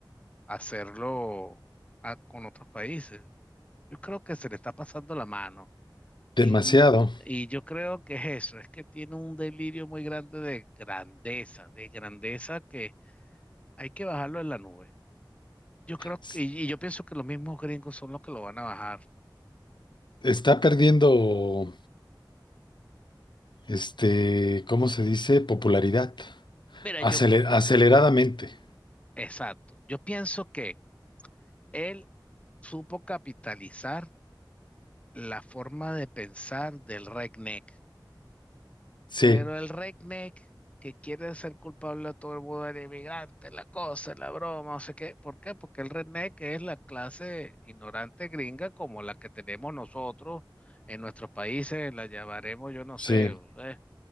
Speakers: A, on the left (about 15°); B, on the left (about 70°).
A: hacerlo a- con otros países. Yo creo que se le está pasando la mano.
B: Demasiado.
A: Y, n- y yo creo que es eso, es que tiene un delirio muy grande de grandeza, de grandeza que hay que bajarlo en la nube. Yo creo
B: S-
A: que, y y yo pienso que los mismos gringos son los que lo van a bajar.
B: Está perdiendo. este, ¿cómo se dice? Popularidad.
A: Mira,
B: Acele-
A: yo,
B: aceleradamente.
A: exacto, yo pienso que él supo capitalizar la forma de pensar del redneck.
B: Sí,
A: Pero el redneck que quiere ser culpable a todo el mundo del inmigrante, la cosa, la broma, no sé qué. ¿Por qué? Porque el redneck es la clase ignorante gringa como la que tenemos nosotros en nuestros países, la llamaremos, yo no
B: sí,
A: sé, ¿eh?